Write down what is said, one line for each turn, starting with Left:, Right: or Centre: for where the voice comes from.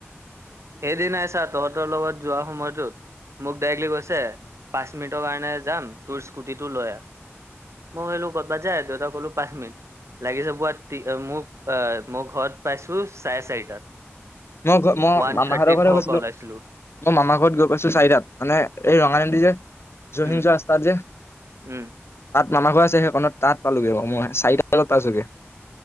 Right: এদিনাই চা তহঁতৰ লগত যোৱা সময়টোত মোক ডাইৰেক্ট লি কৈছে পাঁচ মিনিটৰ কাৰণে যাম তোৰ স্কুটিটো লৈ আহ। মই মই ভাবিলো ক'ত বা যাই দ'তাক ক'লো পাঁচ মিনিট লাগিছে পোৱাত মোৰ আহ মই ঘৰত পাইছো চাৰে চাৰিটাত।
Left: মই ঘ মই
Right: ওৱান
Left: মামা
Right: থাৰ্টিত
Left: হ'তৰ ঘৰলৈ
Right: ঘৰৰ
Left: গৈছিলো।
Right: পৰা ওলাইছিলো
Left: মই মামাৰ ঘৰত গৈ পাইছো চাৰিটাত, মানে এই ৰঙানদী যে জসিং
Right: উম
Left: যোৱা ৰাস্তাত যে
Right: উম
Left: মামাঘৰ আছে সেইকনত তাত পালোগে মই চাৰিটা বজাত পাইছোগে।